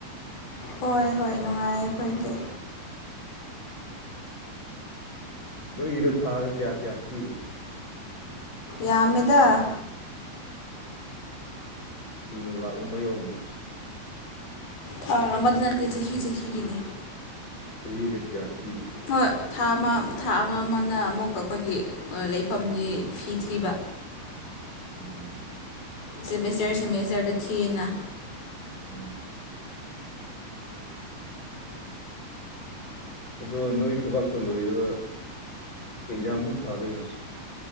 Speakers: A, on the left; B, on the left.
A: ꯍꯣꯏ ꯍꯣꯏ ꯅꯨꯡꯉꯥꯏꯌꯦ ꯑꯩꯈꯣꯏꯗꯤ
B: ꯅꯣꯏꯒꯤꯗꯣ ꯊꯥꯔ ꯀꯌꯥ ꯀꯌꯥ ꯊꯤꯕꯣ
A: ꯌꯥꯝꯃꯤꯗ
B: ꯀꯩꯅꯣ ꯂꯥꯛꯑꯕ ꯌꯥꯎꯕ
A: ꯊꯥ ꯑꯃꯗ ꯅꯠꯇꯦ ꯆꯍꯤ ꯆꯍꯤꯒꯤꯅꯦ
B: ꯆꯍꯤꯗ ꯀꯌꯥꯊꯤꯕ
A: ꯍꯣꯏ ꯊꯥ ꯑꯃ ꯊꯥ ꯑꯃ ꯑꯃꯅ ꯑꯃꯨꯛ ꯑꯩꯈꯣꯏꯒꯤ ꯂꯩꯐꯝꯒꯤ ꯐꯤ ꯊꯤꯕ
B: ꯎꯝ <inaudible>
A: ꯁꯦꯃꯦꯁꯇꯔ ꯁꯦꯃꯤꯁꯇꯔꯗ ꯊꯤꯅ
B: ꯎꯝ ꯑꯗꯣ ꯅꯣꯏ ꯊꯕꯥꯛꯇ ꯂꯣꯏꯔꯒ ꯑꯦꯛꯖꯥꯝꯃꯨꯛ ꯊꯥꯗꯣꯏꯔꯣ